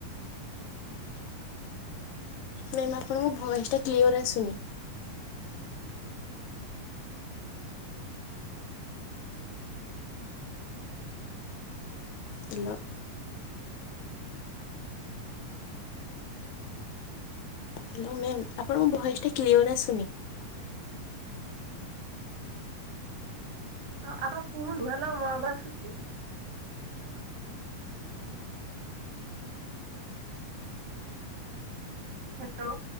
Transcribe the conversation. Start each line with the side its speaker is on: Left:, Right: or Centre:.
Left: ମ୍ୟାମ୍ ଆପଣଙ୍କ ଭଏସ ଟା କ୍ଲିୟର ଆସୁନି। ହ୍ୟାଲୋ ହ୍ୟାଲୋ ଆପଣଙ୍କ ଭଏସ୍ ଟା କ୍ଲିୟର ଆସୁନି।
Right: ହ ଆପଣ କୁହନ୍ତୁ। <unintelligible>